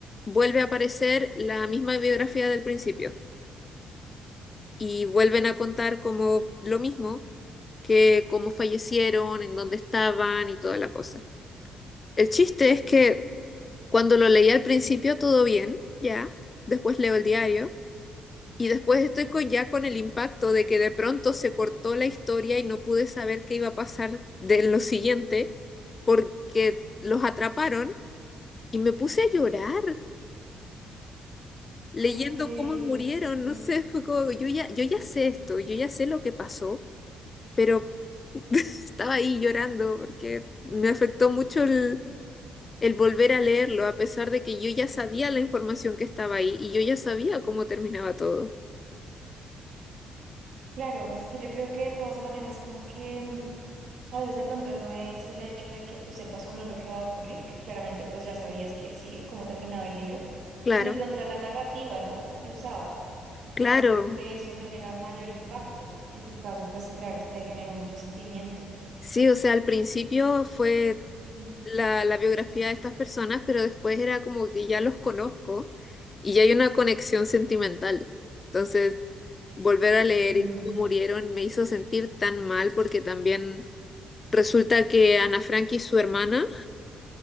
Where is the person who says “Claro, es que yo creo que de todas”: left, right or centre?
Right